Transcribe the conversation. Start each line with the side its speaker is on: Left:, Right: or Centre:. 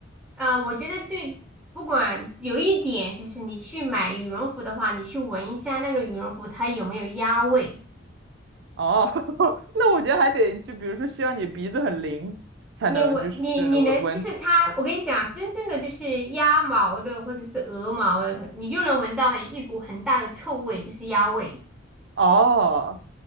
Centre: 啊、呃我觉得最不管有一点就是，你去买羽绒服的话，你去闻一下那个羽绒服它有没有鸭味。
Right: 哦，<laughs> 那我觉得还得就比如说需要你鼻子很灵才能就是能闻闻。
Centre: 你闻你你能就是它，我跟你讲，真正的就是鸭毛的或者是鹅毛的，它你就能闻到一股很大的臭味，就是鸭味。
Right: 哦，